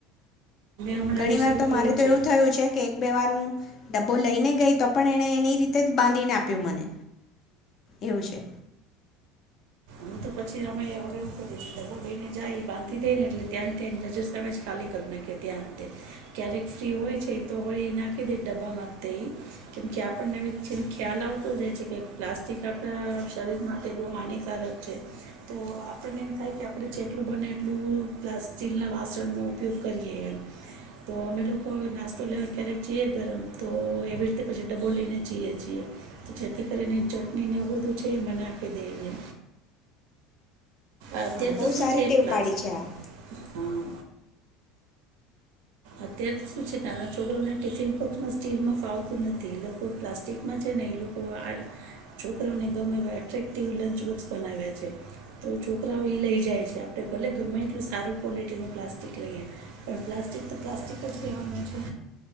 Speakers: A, on the right; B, on the left.
A: હમણાં
B: ઘણી
A: એવું શરૂ
B: વાર તો
A: કર્યું
B: મારે તો
A: છે
B: એવું થયું છે કે. બેવાનું ડબ્બો લઈને ગઈ તો પણ એને એની રીતે જ બાંધીને આપ્યું મને એવું છે.
A: હું તો પછી અમે હવે એઉ કરી કે ડબ્બો લઈને જાય બાંધી દઈ ને એટલે ત્યાં ત્યાંની નજર સામે જ ખાલી કરી નાખીએ ત્યાં તે ક્યારેક ફ્રી હોય છે એ તો હળ એ નાખી દે ડબ્બામાં તે એ કેમ કે આપણને જેમ જેમ ખ્યાલ આવતો જ રહે છે કે પ્લાસ્ટિક આપણા શરીર માટે બહુ હાનિકારક છે. તો આપણને એમ થાય કે આપણે જેટલું બને એટલું પ્લાસ્ટીલ ના વાસણનો ઉપયોગ કરીએ એમ તો અમે લોકો નાસ્તો લેવા ક્યારેક જઈએ ગરમ તો એવી રીતે પછી ડબો લઈને જઈએ છીએ તો જેથી કરીને ચટણીને એવુ બધું છે નાખી દેએ. અત્યારે
B: હા
A: તો
B: બહુ
A: શું
B: સારી
A: છે
B: ટેવ
A: પ્લાસ
B: પાડી છે આ
A: હા. અત્યારે તો શુ છે નાના છોકરાને ટિફિન બોક્સમાં સ્ટીલમાં ફાવતું નથી એ લોકો પ્લાસ્ટિકમાં છે ને એ લોકો છોકરાને ગમે એટ્રેક્ટિવ લંચ બોક્સ બનાવ્યા છે તો છોકરાઓ એ લઈ જાય છે આપણે ભલે ગમે એટલું સારું ક્વોલિટીનું પ્લાસ્ટિક લઈએ પણ પ્લાસ્ટિક પ્લાસ્ટિક જ રહેવાનું છે.